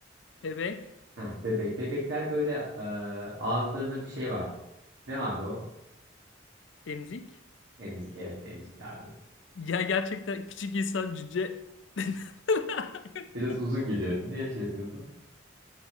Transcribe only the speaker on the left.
Bebek?
Emzik?
Ya gerçekten küçük insan cüce. <laughs>